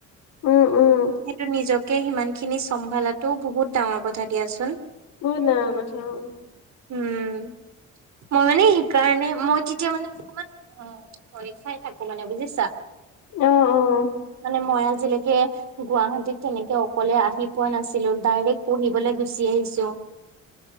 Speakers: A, on the left; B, on the right.
A: উম উম
B: সেইটো, নিজকে সিমান খিনি চম্ভালাটো বহুত ডাঙৰ কথা দিয়াচোন!
A: বহুত ডাঙৰ কথা! অ'!
B: উম! মই মানে সেইকাৰণে, মই তেতিয়া মানে, অকমান ভৰি খাই থাকোঁ মানে, বুজিছা!
A: অ অ অ
B: মানে, মই আজিলৈকে গুৱাহাটীত তেনেকে অকলে, আহি পোৱা নাছিলোঁ। ডাইৰেক্ট পঢ়িবলৈ গুচি আহিছোঁ।